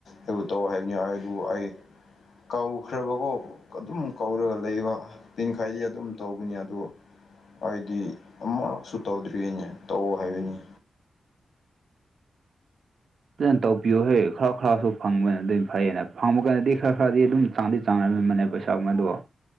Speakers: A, on the left; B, on the right.
A: ꯑꯩꯕꯨ ꯇꯧ ꯍꯥꯏꯕꯅꯤ ꯑꯗꯨꯕꯨ ꯑꯩ ꯀꯧ ꯈ꯭ꯔꯕꯀꯣ ꯑꯗꯨꯝ ꯀꯧꯔꯒ ꯂꯩꯕ ꯄꯤꯟ ꯈꯥꯏꯗꯤ ꯑꯗꯨꯝ ꯇꯧꯕꯅꯤ ꯑꯗꯣ ꯍꯥꯏꯗꯤ ꯑꯃꯨꯔꯛꯁꯨ ꯇꯧꯗ꯭ꯔꯤꯅꯦ ꯇꯧ ꯍꯥꯏꯕꯅꯤ
B: ꯐꯖꯅ ꯇꯧꯕꯤꯌꯨ ꯍꯦ ꯈꯔꯥ ꯈꯔꯥꯁꯨ ꯐꯪꯕꯅ ꯑꯗꯨ ꯐꯩꯌꯦꯅ ꯐꯪꯕ ꯀꯥꯟꯗꯗꯤ ꯈꯔ ꯈꯔꯗꯤ ꯑꯗꯨꯝ ꯆꯥꯡꯗꯤ ꯆꯥꯡꯅꯔꯝꯕꯅꯦ ꯄꯩꯁꯥꯒꯨꯝꯕꯗꯣ